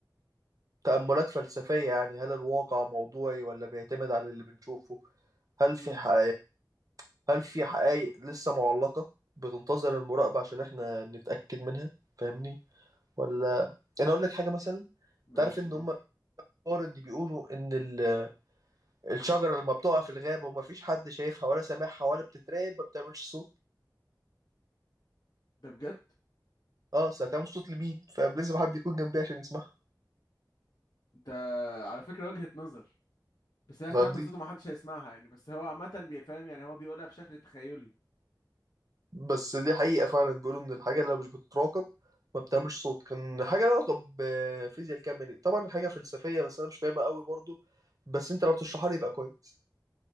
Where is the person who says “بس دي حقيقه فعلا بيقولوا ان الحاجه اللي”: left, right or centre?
Right